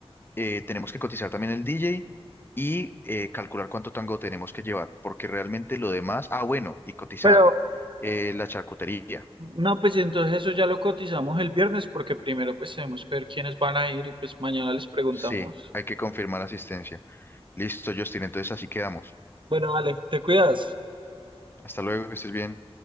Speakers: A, on the left; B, on the right.
A: eh, tenemos que cotizar también el DJ y eh, calcular cuánto tango tenemos que llevar, porque realmente lo demás, ah, bueno, y cotizar
B: Pero,
A: eh, la charcutería.
B: no, pues entonces eso ya lo cotizamos el viernes porque primero pues tenemos que ver quiénes van a ir y pues mañana les preguntamos.
A: Sí, hay que confirmar asistencia. Listo, Justin, entonces así quedamos.
B: Bueno, vale, te cuidas.
A: Hasta luego, que estés bien.